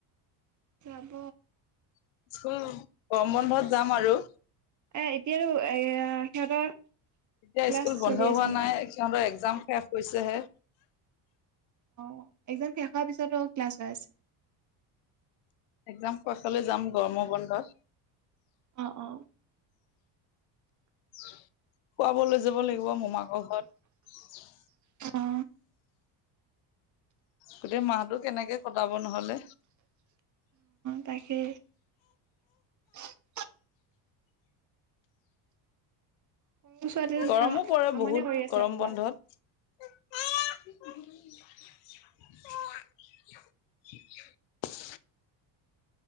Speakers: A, on the right (about 40°); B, on the left (about 70°).
A: যাব।
B: স্কুল গৰম বন্ধত যাম আৰু।
A: এ এতিয়াতো এয়া সিহঁতৰ
B: এতিয়া
A: ক্লাছ
B: স্কুল বন্ধ
A: চলি আছে
B: হোৱা
A: ন?
B: নাই সিহঁতৰ একজাম শেষ হৈছেহে।
A: অএকজাম শেষ হোৱাৰ পিছতো ক্লাছ হৈ আছে।
B: একজাম খচলৈ যাম গৰমৰ বন্ধত।
A: অ', অ',
B: <unintelligible> খুৱাবলৈ যাব লাগিব মোমাকৰ ঘৰত।
A: অ
B: গোটেই মাহটো কেনেকে কটাব নহলে?
A: তাকে <unintelligible> সৰু ছোৱালীজনী
B: গৰমো পৰে
A: আমনি
B: বহুত
A: কৰি আছে
B: গৰম
A: হ'বলা।
B: বন্ধত। আয়া <unintelligible> <unintelligible>